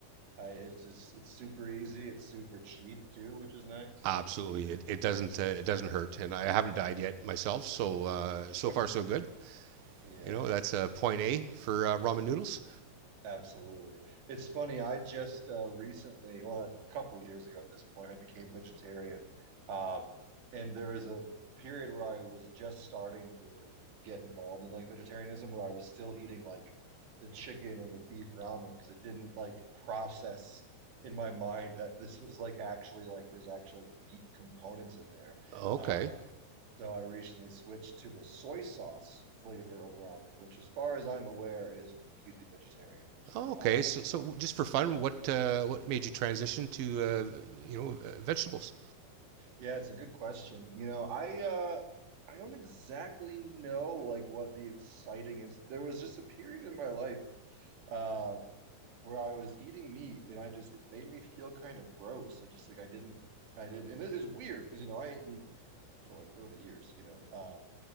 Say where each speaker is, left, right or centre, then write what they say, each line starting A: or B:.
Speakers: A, on the right (about 90°); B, on the right (about 65°).
A: I it's just it's super easy. It's super cheap too, which is nice. so.
B: absolutely. It, it doesn't uh, it doesn't hurt, and I haven't died yet myself, so uh,
A: Sure.
B: so far so good.
A: Yeah,
B: You know, that's uh, point A for uh, ramen noodles.
A: absolutely. It's funny. I just uh, recently, well, a couple of years ago at this point, I became vegetarian. Um, and there was a period where I was just starting to get involved in like vegetarianism, where I was still eating like the chicken and the beef ramen because it didn't like process in my mind that this was like actually like there's actually like meat components in there.
B: Okay,
A: uh, So I recently switched to the soy sauce flavor over almond, which, as far as I'm aware, is completely vegetarian.
B: oh, okay.
A: Um,
B: So, so just for fun, what uh, what made you transition to uh, you know uh, vegetables?
A: yeah, it's a good question. You know, I uh, I don't exactly know like what the inciting is. There was just a period in my life um, where I was eating meat, and I just it made me feel kind of gross. It just like I didn't, I didn't, and it is weird because you know I ate meat for like 30 years, you know. Um,